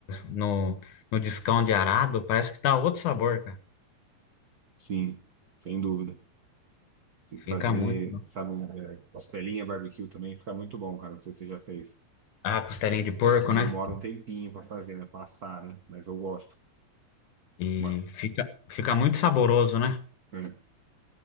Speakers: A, on the left (about 85°); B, on the right (about 85°).
A: No, no discão de arado, parece que dá outro sabor, cara.
B: Sim, sem dúvida. Se
A: Fica
B: fazer,
A: muito. bom.
B: sabe, um, é, costelinha barbecue também fica muito bom, cara. Não sei se você já fez.
A: Ah, costelinha
B: É que,
A: de
B: é
A: porco,
B: que demora
A: né?
B: um tempinho pra fazer, né? Passar, né? Mas eu gosto.
A: E
B: Uma,
A: fica, fica muito saboroso, né?
B: é,